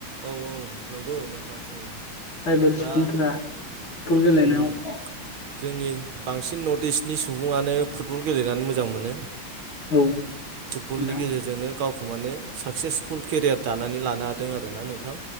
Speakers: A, on the right (about 80°); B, on the left (about 75°).
A: औ औ नोंगौ नोंथां उम
B: ट्राइबेल
A: दा
B: सुबुंफोरा फुटबल गेलेनायाव
A: उम
B: <unintelligible>
A: जोंनि बांसिन नर्थ इस्टनि सुबुङानो फुटबल गेलेनानै मोजां मोनो।
B: औ।
A: फुटबलनि
B: नोंथां
A: गेजेरजोंनो गावखौ माने साक्सेसफुल केरियार दानानै लानो हादों आरो ना नोंथां।